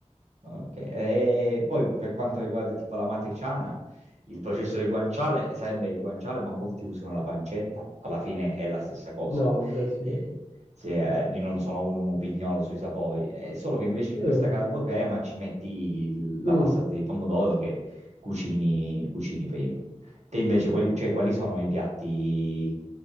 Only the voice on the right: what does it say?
Ok, e poi per quanto riguarda tipo la matriciana, il processo del guanciale sarebbe il guanciale, ma molti usano la pancetta, alla fine è la stessa cosa.
Eh, se, eh, io non sono un pignolo sui sapori, è solo che invece di
questa carbocrema ci metti il- la
passata di pomodoro che cucini, cucini prima. Te invece, quali, cioè, quali sono i piatti